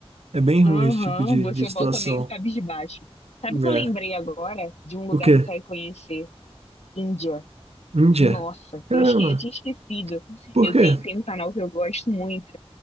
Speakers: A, on the right; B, on the left.
A: É bem ruim
B: Aham,
A: esse tipo de,
B: você
A: de situação.
B: volta meio cabisbaixo. Sabe que
A: É.
B: eu lembrei agora de um lugar
A: O quê?
B: que eu quero conhecer? Índia.
A: Índia?
B: Nossa,
A: Caramba.
B: eu, esque... eu tinha esquecido.
A: Por
B: Eu
A: quê?
B: tenho, tem um canal que eu gosto muito,